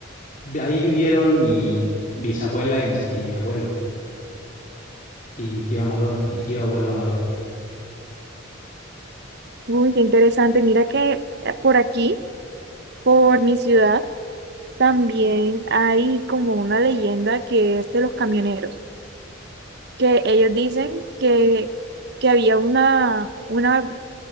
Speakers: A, on the left; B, on the right.
A: Vi- Ahí vivieron mi bisabuela y mis- y mi abuelo, y mi tío Amador, mi tío abuelo Amador.
B: Uy, qué interesante. Mira que eh, por aquí, por mi ciudad, también hay como una leyenda que es de los camioneros, que ellos dicen que, que había una, una, o